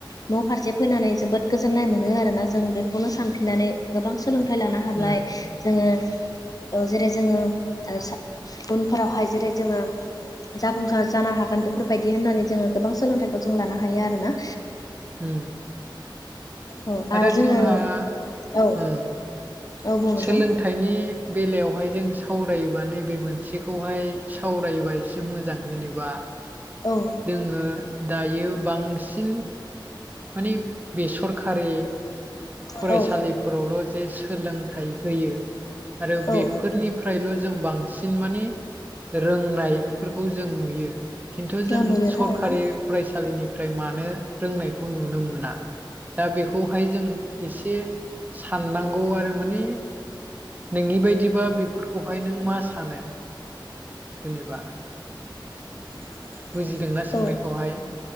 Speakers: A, on the left; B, on the right.
A: न' फारसे फैनानै जोबोद गोजोननाय मोनो आरोना जों बेखौनो सानफिननानै गोबां सोलोंथाइ लानो हाब्लाय
B: उम
A: जोङो ओ जेरै जोङो ओ सा उनफोरावहाय जेरै जोङो जाफुंसार जानो हागोन बेफोरबायदि होननानै जोङो गोबां सोलोंथाइखौ जों लानो हायो आरोना।
B: उम
A: औ
B: आरो
A: जोङो
B: जोंहा
A: औ
B: उम
A: औ बुं नोंथां
B: सोलों थायनि बेलायावहाय जों सावरायोबा नैबे मोनसेखौहाय सावरायोबा से मोजां जेनेबा
A: औ
B: जोङो दायो बांसिन माने बेसरखारि फरायसालिफोरावल'
A: औ
B: जे सोलोंथाइ होयो आरो बेफोरनिफ्रायल'
A: औ
B: जों बांसिन माने रोंनायफोरखौ जों नुयो खिन्थु जों
A: औ नुयो
B: सरखारि
A: थारैनो
B: फरायसालिनिफ्राय मानो रोंनाय खौ नुनो मोना। दा बेखौहाय जों एसे साननांगौ आरो माने नोंनि बायदिबा बेफोरखौहाय नों मा सानो जेनेबा
A: <inaudible>
B: बुजिदोंना सोंनायखौहाय
A: औ